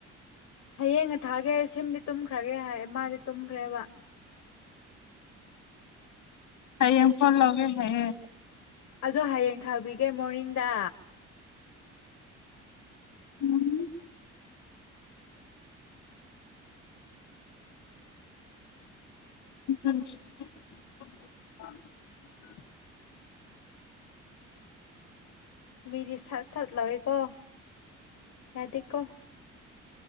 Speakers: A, on the left; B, on the left.
A: ꯍꯌꯦꯡꯅ ꯊꯥꯒꯦ ꯁꯤꯝꯗꯤ ꯇꯨꯝꯈ꯭ꯔꯒꯦ ꯍꯥꯏ ꯃꯥꯗꯤ ꯇꯨꯝꯈ꯭ꯔꯦꯕ
B: ꯍꯌꯦꯡ ꯐꯣꯟ ꯂꯧꯒꯦ ꯍꯥꯏꯌꯦ
A: ꯑꯗꯣ ꯍꯌꯦꯡ ꯊꯥꯕꯤꯒꯦ ꯃꯣꯔꯅꯤꯡꯗ
B: ꯎꯨꯝ <inaudible>
A: ꯃꯤꯗꯤ ꯁꯠ ꯁꯠ ꯂꯥꯎꯋꯦꯀꯣ ꯌꯥꯗꯦꯀꯣ